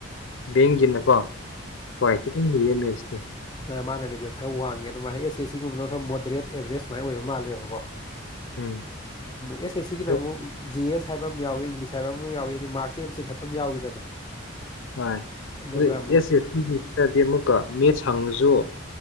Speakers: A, on the left (about 70°); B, on the left (about 20°).
A: ꯕꯦꯡꯒꯤꯅꯀꯣ ꯍꯣꯏ ꯈꯤꯇꯪ ꯌꯦꯔꯦꯝꯃꯦꯁꯅꯦ
B: ꯃꯥꯅ ꯂꯦꯚꯦꯜ ꯈꯔ ꯋꯥꯡꯉꯦ ꯑꯗꯨꯃꯥꯏꯅ ꯑꯦꯁ ꯑꯦ ꯁꯤꯒꯨꯝꯕꯅ ꯈꯔ ꯃꯣꯗꯦꯠ ꯑꯦꯕꯔꯦꯖ ꯁꯨꯃꯥꯏ ꯑꯣꯏꯕ ꯃꯥꯜꯂꯦꯕꯀꯣ
A: ꯎꯝ
B: ꯌꯦꯁꯦ ꯁꯤꯒꯤꯅꯃꯨ
A: ꯑꯗꯨ
B: ꯖꯤ ꯑꯦꯁ ꯍꯥꯏꯕ ꯑꯃ ꯌꯥꯎꯏꯤ ꯏꯪꯂꯤꯁ ꯍꯥꯏꯕ ꯑꯃ ꯌꯥꯎꯏ ꯍꯥꯏꯗꯤ ꯃꯥꯔꯁꯁꯤꯦꯝ ꯆꯤꯡꯈꯠꯄ ꯑꯃ ꯌꯥꯎꯏꯗꯅ
A: ꯍꯣꯏ
B: ꯑꯗꯨꯒ
A: ꯑꯗꯨ
B: ꯑꯃꯨꯛ
A: ꯑꯦꯁ ꯑꯦ ꯁꯤꯗꯤ ꯑꯃꯨꯛꯀꯦ ꯁꯪꯉꯁꯨ